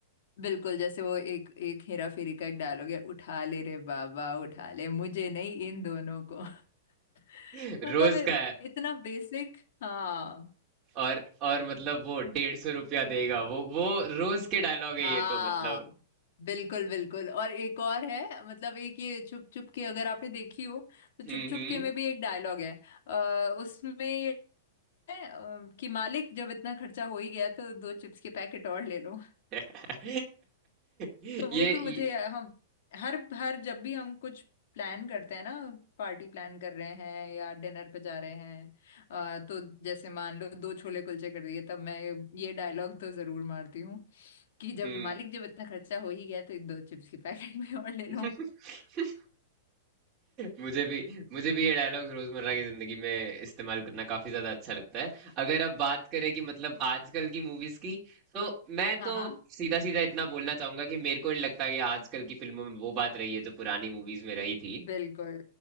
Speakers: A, on the left (about 60°); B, on the right (about 20°).
A: बिल्कुल जैसे वो एक एक हेरा फेरी का एक डायलॉग है उठा ले रे बाबा उठा ले मुझे नहीं इन दोनों को <laughs>
B: <laughs>
A: मतलब
B: रोज का है
A: इतना बेसिक हाँ
B: और और मतलब वो डेढ़ सौ रुपया देगा वो वो रोज के डायलॉग है
A: हाँ
B: ये तो मतलब
A: बिल्कुल बिल्कुल और एक और है मतलब एक ये चुप चुप के अगर आपने देखी हो तो चुप
B: हम्म
A: चुप
B: हम्म
A: के में भी एक डायलॉग है आ, उसमें ये है अ, कि मालिक जब इतना खर्चा हो ही गया तो दो चिप्स के पैकेट और ले लो
B: <laughs> ये,
A: तो वो
B: ये
A: भी मुझे हम हर हर जब भी हम कुछ प्लान करते हैं ना पार्टी प्लान कर रहे हैं या डिनर पे जा रहे हैं अ, तो जैसे मान लो दो छोले कुलचे कर दिए तब मैं ये डायलॉग तो जरूर मारती हूँ कि जब
B: हम्म
A: मालिक जब इतना खर्चा हो ही गया तो दो चिप्स की पैकेट में और ले
B: <laughs>
A: लो
B: मुझे भी मुझे भी ये डायलॉग्स रोजमर्रा की जिंदगी में इस्तेमाल करना काफी ज्यादा अच्छा लगता है अगर अब बात करें कि मतलब आजकल की मूवीज की तो मैं
A: हाँ
B: तो
A: हाँ
B: सीधा सीधा इतना बोलना चाहूंगा कि मेरे को नहीं लगता कि आजकल की फिल्मों में वो बात रही है जो पुरानी मूवीज में रही थी
A: बिल्कुल